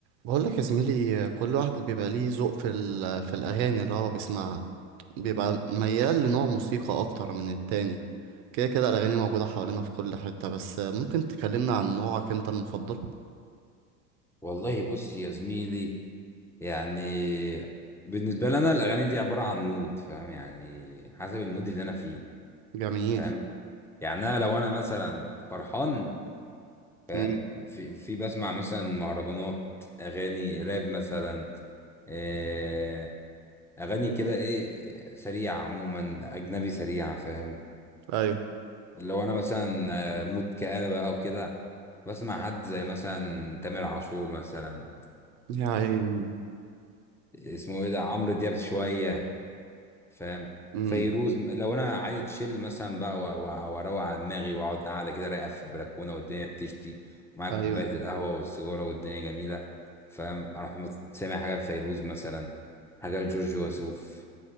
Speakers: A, on the right; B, in the centre.
A: بقول لك يا زميلي كل واحد بيبقى ليه ذوق في ال- في الأغاني اللي هو بيسمعها بيبقى ميال لنوع موسيقى أكتر من التاني كده كده الأغاني موجودة حوالينا في كل حتة بس ممكن تكلمنا عن نوعك أنت المفضل
B: والله بص يا زميلي يعني بالنسبة لي أنا الأغاني دي عبارة عن مود فاهم يعني حسب المود اللي أنا فيه
A: جميل
B: فاهم يعني أنا لو أنا مثلا فرحان فاهم
A: مم.
B: في, في بسمع مثلا مهرجانات أغاني راب مثلا آه، أغاني كده إيه سريعة عموما أجنبي سريعة فاهم
A: أيوه
B: لو أنا مثلا آه، مود كآبة أو كده بسمع حد زي مثلا تامر عاشور مثلا
A: يا عيني
B: اسمه ايه ده عمرو دياب شويه فاهم
A: مم.
B: فيروز لو انا عايز اتشيل مثلا بقى و- و- واروق على دماغي واقعد قاعده كده رايقه في البلكونه والدنيا بتشتي ومعايا
A: أيوه
B: كوبايه القهوه والسيجاره والدنيا جميله فاهم اروح مت- سامع حاجه لفيروز مثلا حاجه لجورج وسوف